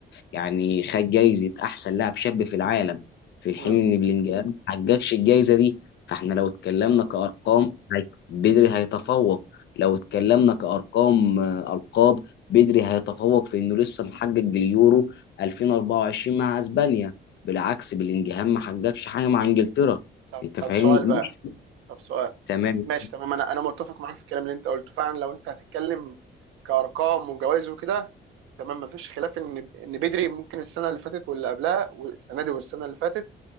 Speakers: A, on the left (about 60°); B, on the right (about 85°).
A: يعني خد جايزة أحسن لاعب شاب في العالم في الحين
B: امم
A: إن بلينجهام ما حققش الجايزة دي فإحنا لو اتكلمنا
B: اه
A: كأرقام هي- بدري هيتفوق لو اتكلمنا كأرقام آه، ألقاب بدري هيتفوق في إنه لسه محقق اليورو 2024 مع أسبانيا بالعكس بلينجهام ما حققش حاجة مع إنجلترا
B: طب
A: أنت
B: طب
A: فاهمني؟
B: سؤال بقى
A: مش
B: طب سؤال
A: تمام
B: ماشي تمام انا انا متفق معاك في الكلام اللي انت قلته فعلا لو انت هتتكلم كارقام وجوائز وكده تمام مفيش خلاف ان ان بدري ممكن السنه اللي فاتت واللي قبلها والسنه دي والسنه اللي فاتت